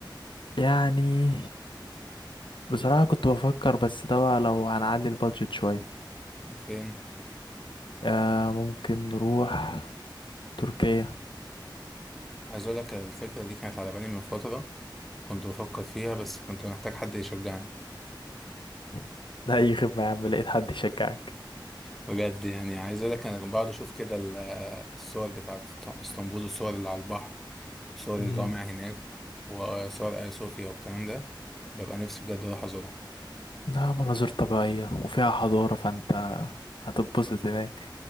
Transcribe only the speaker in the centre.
فين
عايز اقول لك الفكره دي كانت على بالي من فتره كنت بفكر فيها بس كنت محتاج حد يشجعني
بجد يعني عايز اقول لك انا بقعد اشوف كده ال- الصور بتاعت است- اسطنبول والصور اللي على البحر وصور
الجامع هناك وصور ايا صوفيا والكلام ده ببقى نفسي بجد اروح ازورها